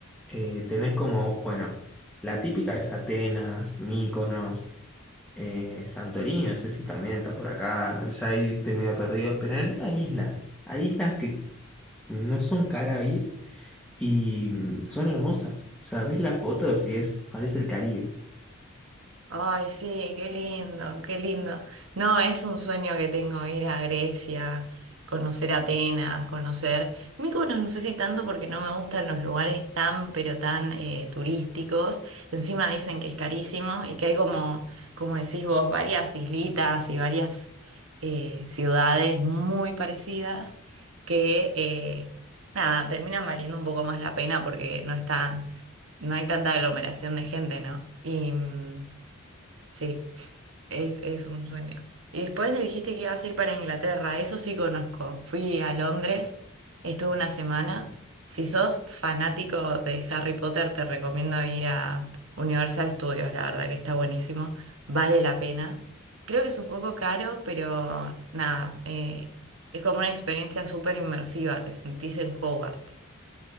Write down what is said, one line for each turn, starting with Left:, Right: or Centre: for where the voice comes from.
Centre: Eh, tenés como, bueno, la típica es Atenas, Mykonos, eh, Santorini, no sé si también está por acá, ya ahí estoy medio perdido, pero en el medio hay islas, hay islas que no son caras a ir y mm, son hermosas. O sea, ves las fotos y es, parece el Caribe.
Right: Ay, sí, qué lindo, qué lindo. No, es un sueño que tengo ir a Grecia, conocer Atenas, conocer Mykonos, no sé si tanto porque no me gustan los lugares tan, pero tan eh, turísticos. Encima dicen que es carísimo y que hay como, como decís vos, varias islitas y varias eh, ciudades muy parecidas que, eh, nada, terminan valiendo un poco más la pena porque no están, no hay tanta aglomeración de gente, ¿no? Y. mm, Sí, es, es un sueño. Y después le dijiste que ibas a ir para Inglaterra, eso sí conozco. Fui a Londres, estuve una semana. Si sos fanático de Harry Potter, te recomiendo ir a Universal Studios, la verdad que está buenísimo, vale la pena. Creo que es un poco caro, pero nada, eh, es como una experiencia súper inmersiva, te sentís en Hogwarts.